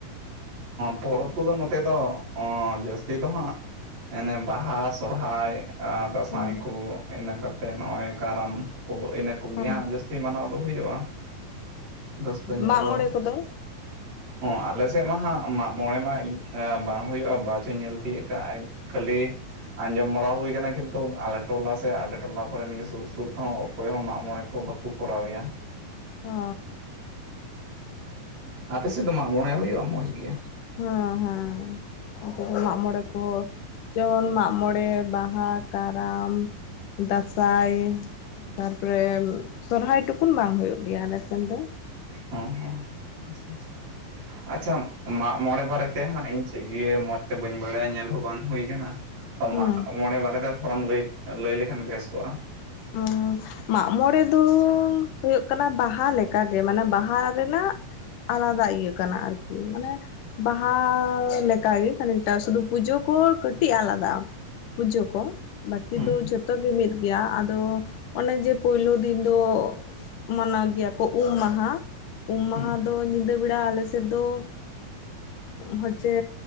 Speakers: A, on the right; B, on the left.
A: ᱯᱚᱨᱚᱵᱽ ᱠᱚᱫᱚ ᱱᱚᱛᱮ ᱫᱚ ᱚᱸ ᱡᱟᱹᱥᱛᱤ ᱫᱚ ᱦᱟᱸᱜ ᱚᱱᱮ ᱵᱟᱦᱟ ᱥᱚᱨᱦᱟᱭ ᱟᱨ ᱫᱟᱸᱥᱟᱭ
B: ᱦᱮᱸ
A: ᱠᱚ ᱤᱱᱟᱹ ᱠᱟᱛᱮᱜ ᱱᱚᱜᱚᱭ ᱠᱟᱨᱟᱢ ᱠᱚ ᱤᱱᱟᱹ ᱠᱚᱜᱮ
B: ᱦᱮᱸ
A: ᱦᱟᱸᱜ ᱡᱟᱥᱛᱤ ᱢᱟᱱᱟᱣ ᱫᱚ ᱦᱩᱭᱩᱜᱼᱟ ᱨᱟᱹᱥᱠᱟᱹ ᱧᱚᱜ
B: ᱢᱟᱜ
A: ᱫᱚ
B: ᱢᱚᱬᱮ ᱠᱚᱫᱚ
A: ᱚ ᱟᱞᱮ ᱥᱮᱫ ᱢᱟ ᱦᱟᱸᱜ ᱢᱟᱜ ᱢᱚᱬᱮ ᱢᱟᱜ ᱵᱟᱝ ᱦᱩᱭᱩᱜᱼᱟ ᱵᱟ ᱪᱚᱧ ᱧᱮᱞ ᱛᱤᱭᱳᱜ ᱠᱟᱜᱼᱟ ᱠᱷᱟᱹᱞᱤ ᱟᱸᱡᱚᱢ ᱵᱟᱲᱟ ᱦᱩᱭ ᱠᱟᱱᱟ ᱠᱤᱱᱛᱩ ᱟᱞᱮ ᱴᱚᱞᱟ ᱥᱮ ᱟᱞᱮ ᱴᱚᱞᱟ ᱠᱚᱨᱮ ᱱᱤᱭᱟᱹ ᱥᱩᱨ ᱥᱩᱨ ᱚᱠᱚᱭ ᱦᱚᱸ ᱢᱟᱜ ᱢᱚᱬᱮ ᱠᱚ ᱵᱟᱠᱚ ᱠᱚᱨᱟᱣ ᱮᱭᱟ
B: ᱚ
A: ᱟᱯᱮ ᱥᱮᱫ ᱫᱚ ᱢᱟᱜ ᱢᱚᱬᱮ ᱦᱩᱭᱩᱜᱼᱟ ᱢᱚᱡᱽ ᱜᱮ
B: ᱦᱮᱸ ᱦᱮᱸ ᱱᱛᱮ ᱫᱚ ᱢᱟᱜᱢᱚᱬᱮ ᱠᱚ ᱡᱮᱢᱚᱱ ᱢᱟᱜ ᱢᱚᱬᱮ ᱵᱟᱦᱟ ᱠᱟᱨᱟᱢ ᱫᱟᱸᱥᱟᱭ ᱛᱟᱨᱯᱚᱨᱮ ᱥᱚᱨᱦᱟᱭ ᱴᱩᱠᱩᱩᱱ ᱵᱟᱝ ᱦᱩᱭᱩᱜ ᱜᱮᱭᱟ ᱟᱞᱮᱥᱱ ᱫᱚ
A: ᱦᱚᱸ ᱦᱚᱸ ᱟᱪᱪᱷᱟ ᱢᱚᱬᱮ ᱵᱟᱨᱮ ᱛᱮ ᱦᱟᱸᱜ ᱤᱧ ᱪᱮᱫ ᱜᱮ ᱢᱚᱸᱡᱽ ᱛᱮ ᱵᱟᱹᱧ ᱵᱟᱲᱟᱭᱟ ᱧᱮᱞ ᱦᱚᱸ ᱵᱟᱝ ᱦᱩᱭ ᱟᱠᱟᱱᱟᱜ
B: ᱦᱩᱸ
A: ᱢᱚᱬᱮ ᱵᱟᱨᱮᱛᱮ ᱛᱷᱚᱲᱟᱢ ᱞᱟᱹᱭ ᱞᱟᱹᱭ ᱞᱮᱠᱷᱟᱱ ᱵᱮᱥ ᱠᱚᱜᱼᱟ
B: ᱦᱩᱸ ᱢᱟᱜᱢᱚᱲᱮ ᱫᱚ ᱦᱩᱭᱩᱜ ᱠᱟᱱᱟ ᱵᱟᱦᱟ ᱞᱮᱠᱟᱜᱮ ᱢᱟᱱᱮ ᱵᱟᱦᱟ ᱨᱮᱱᱟᱜ ᱟᱞᱟᱫᱟ ᱤᱭᱟᱹ ᱠᱟᱱᱟ ᱟᱨᱠᱤ ᱢᱟᱱᱮ ᱵᱟᱦᱟ ᱞᱮᱠᱟᱜᱮ ᱠᱷᱟᱱᱤᱠᱴᱟ ᱥᱩᱫᱩ ᱯᱩᱡᱳ ᱠᱚ ᱠᱟᱹᱴᱤᱡ ᱟᱞᱟᱫᱟ-ᱟ ᱯᱩᱡᱳ ᱠᱚ ᱵᱟᱹᱠᱤ
A: ᱦᱩᱸ
B: ᱫᱚ ᱡᱷᱚᱛᱚ ᱜᱮ ᱢᱤᱫ ᱜᱮᱭᱟ ᱟᱫᱚ ᱚᱱᱮ ᱡᱮ ᱯᱳᱭᱞᱳ ᱫᱤᱱ ᱫᱚ ᱢᱟᱱᱟᱣ ᱜᱮᱭᱟ ᱠᱚ ᱩᱢ ᱢᱟᱦᱟ ᱩᱢ ᱢᱟᱦᱟ
A: ᱦᱩᱸ
B: ᱫᱚ ᱧᱤᱫᱟᱹ ᱵᱮᱲᱟ ᱟᱞᱮ ᱥᱮᱫ ᱫᱚ ᱦᱚᱪᱪᱷᱮ